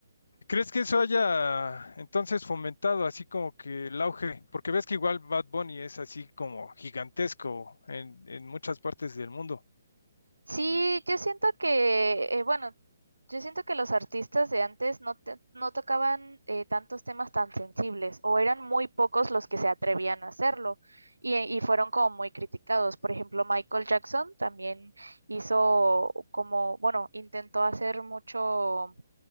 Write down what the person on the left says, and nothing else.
¿Crees que eso haya entonces fomentado así como que el auge? Porque ves que igual Bad Bunny es así como gigantesco en, en muchas partes del mundo.